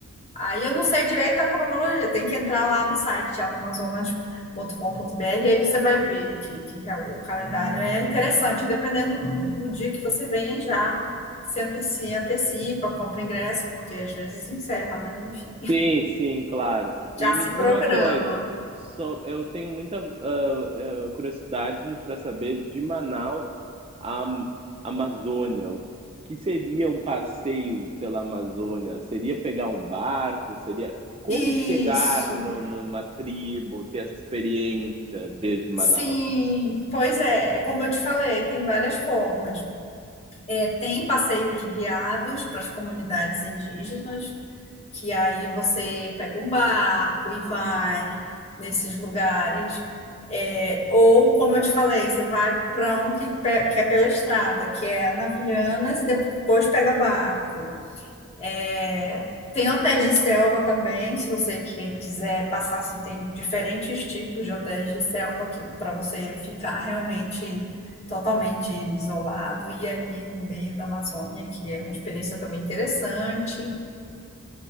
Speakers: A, on the left; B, on the right.
A: Aí eu não sei direito a cronologia, tem que entrar lá no site teatroamazonas.com.br, aí você vai ver que, que re- o calendário é interessante, dependendo do, do dia que você venha já se ante- se antecipa, compra ingresso, porque às vezes encerra, né? Enfim,
B: Sim, sim, claro. E
A: já
B: me
A: se
B: diz
A: programa.
B: uma coisa, só eu tenho muita ah, ah, curiosidade para saber de Manaus à Am- Amazônia. O que seria um passeio pela Amazônia? Seria pegar um barco? Seria como
A: Isso.
B: chegar no, numa tribo, ter essa experiência desde Manaus?
A: Sim, pois é, é como eu te falei, tem várias formas. É, tem passeios guiados para as comunidades indígenas, que aí você pega um barco e vai nesses lugares. É, ou, como eu te falei, você vai para um que, pe- que é pela estrada, que é Navilhanas, e depois pega barco. É, tem hotéis de selva também, se você que- quiser passar, assim, tem diferentes tipos de hotéis de selva que para você ficar realmente totalmente isolado e ali no meio da Amazônia, que é uma experiência também interessante.